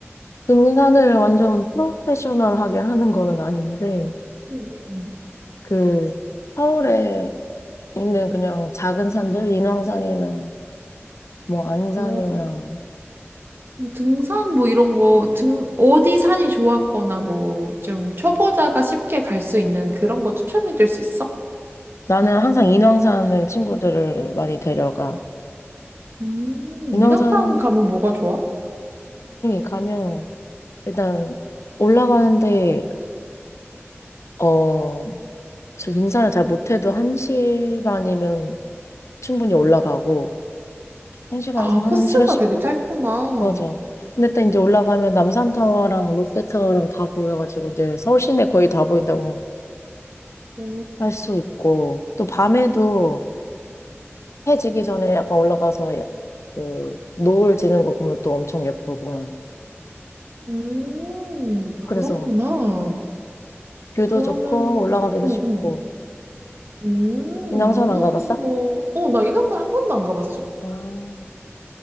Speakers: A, on the left; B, on the right.
A: 등산을 완전 프로페셔널하게 하는 거는 아닌데,
B: 응응.
A: 그, 서울에 있는 그냥 작은 산들, 인왕산이나 뭐 안산이나
B: 어, 그럼 등산 뭐 이런 거, 등, 어디 산이 좋았거나 뭐 좀 초보자가 쉽게 갈 수 있는 그런 거 추천해 줄 수 있어?
A: 나는 항상 인왕산을 친구들을 많이 데려가.
B: 음,
A: 인왕산이
B: 인왕산 가면 뭐가 좋아?
A: 가면 일단 올라가는데 어, 저 등산을 잘 못해도 한 시간이면 충분히 올라가고 한 시간에서
B: 아,
A: 한
B: 코스가
A: 1시간 10분?
B: 되게 짧구나.
A: 맞아. 근데 딱 이제 올라가면 남산타워랑 롯데타워랑 다 보여가지고 이제 서울 시내 거의 다 보인다고
B: 오,
A: 할 수 있고 또 밤에도 해 지기 전에 약간 올라가서 그 노을 지는 거 보면 또 엄청 예쁘고.
B: 음, 그렇구나.
A: 그래서 음, 뷰도
B: 그러면,
A: 좋고 올라가기도
B: 응,
A: 쉽고.
B: 응. 음,
A: 인왕산
B: 운동하는
A: 안 가봤어?
B: 거. 어, 나 인왕산 한 번도 안 가봤어.
A: 음.